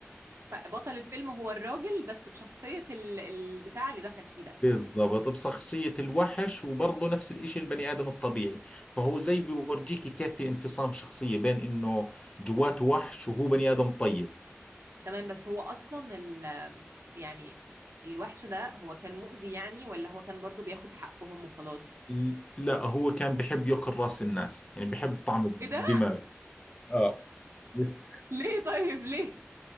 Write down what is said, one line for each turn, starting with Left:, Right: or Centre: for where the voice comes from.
Right: فبطل الفيلم هو الراجل بس بشخصية ال- البتاع اللي دخل فيه ده
Left: بالضبط بشخصية الوحش وبرضه نفس الإشي البني آدم الطبيعي فهو زي بيورجيك كيف في انفصام شخصية بين إنه جواته وحش وهو بني آدم طيب
Right: تمام بس هو أصلا ال يعني الوحش ده هو كان مؤذي يعني ولا هو كان برضو بياخد حقهم وخلاص
Left: ل- لا هو كان بحب يأكل رأس الناس يعني بحب طعم الدماغ
Right: ايه ده
Left: اه بس
Right: ليه طيب ليه